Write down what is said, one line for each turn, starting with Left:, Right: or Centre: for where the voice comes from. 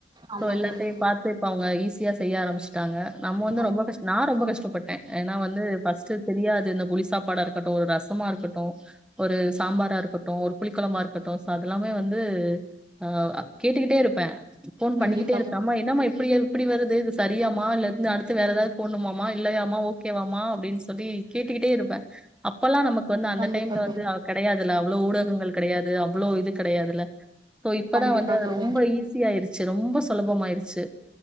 Centre: இப்போ
Right: ஆமா
Centre: எல்லாத்தயு
Right: தோழி
Centre: பாத்து இப்போவுங்க ஈஸி சியா செய்ய ஆரம்பி தாங்க நம்ம வந்து
Right: ஆமா
Centre: ரொம்ப கஷ்ட் நான் ரொம்ப கஷ்ட் கஷ்டப்பட்டேன் ஏனா வந்து ஃபர்ஸ்ட் தெரியாது இந்த புளி சாப்பாடா இருக்கட்டும் ஒரு ரசமா இருக்கட்டும். ஒரு சாம்பாரா இருக்கட்டும் ஒரு புளிக்கொலம்பா இருக் பக்க தோச அதெல்லாமே வந்து ஆஹ் கேட்டுக்கிட்டே இருப்பேன் ஃபோன் பண்ணிக்கிட்டே
Right: கண்டிப்பா
Centre: இருப்பேன்
Right: தோ
Centre: அம்மா என்னமா இது அப்படி இப்படி வருது இது சரியாமா இலயிருந்து அடுத்து வேற எதாவது போடணுமாமா இல்லையாமா ஓகேவாமா அப்படின்னு சொல்லி கேட்டுக்கிட்டே இருப் அப்பலாம் நமக்கு வந்து அந்த
Right: கண்டிப்பா
Centre: டைம்ல
Right: தோழி
Centre: வந்து அ கெடையாது முதல அவ்ளே ஊடகங்கள் கெடையாது. தே ஆம் அவ்வளவு இது கிடையாதுல்ல சோ இப்பதான்
Right: கண்டிப்பா
Centre: வந்து அது
Right: தோழி
Centre: ரொம்ப ஈஸியயிருச்சு ரொம்ப சுலபமாயிருச்சு